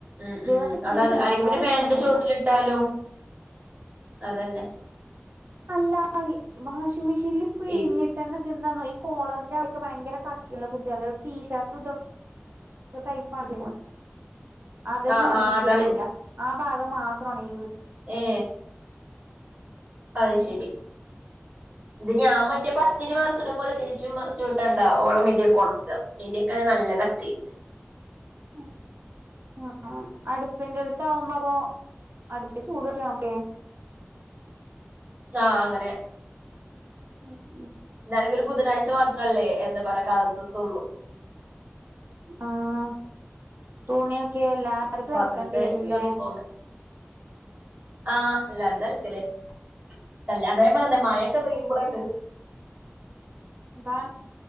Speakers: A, on the right; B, on the right.
A: ഉം
B: ദിവസം
A: ഉം
B: സ്ഥിരം
A: അതാണ്
B: ഇടണം
A: അല്ലെങ്കിൽ
B: വേറെ
A: പിന്നെ
B: പ്രശ്നൊന്നുല്ല
A: ഫാന്റെ ചുവട്ടിലി ഇട്ടാലോ അതന്നെ
B: അല്ലാ വാഷിംഗ് മെഷീനിൽ ഇപ്പ ഇഴിഞ്ഞിട്ട്ന്നെ
A: ഈ
B: ഇത്െന്താന്നോയി കോളറിന്റെ ആെ ഭയങ്കര കട്ടില്ല കുട്ടികള ഒരു ടീഷർട്ട് ഇത അതന്നെ
A: ആഹ്
B: ഉണങ്ങി
A: ആഹ് അതാ
B: കിട്ടൂല ആ ഭാഗം മാത്ര ത്രണയും
A: ഏ അയ് ശരി ഇത് ഞാൻ മറ്റേ പത്തിരി മറിച്ചിടും പോലെ തിരിച്ചും മറിചും ചൂടണ്ട ഓളെ മീഡിയൊക്കെ ണക്കാ മീഡിയൊക്കെണെങ്കിൽ നല്ല കട്ടിണ്ട് ചെയ്യുന്നത്
B: ഉ ഉ അടുപ്പിന്റെ ടുത്ത് ആകുമ്പോ അപ്പൊ അടുപ്പിച്ചൂടെട്ടിയാവുലെ
A: ആ അങ്ങനെ
B: ഉം ഉം
A: നലൊരു ബുധനാഴ്ച മാത്രല്ലേ എന്താ പറയാ കാളർ ഡ്രസ്സൊള്ളു
B: ആഹ തുണിയൊക്കെ എല്ലാർ തും
A: ബാക്കിയൊക്കെ
B: അലക്കേണ്ടി വരൂല്ലേ
A: യൂണിഫോമ് ആഹ് എല്ലാർതും അലക്കല് അത് അതല്ലേ പറഞ്ഞത് മഴയൊക്കെ പെയ്യുമ്പോ ള
B: അതാണ്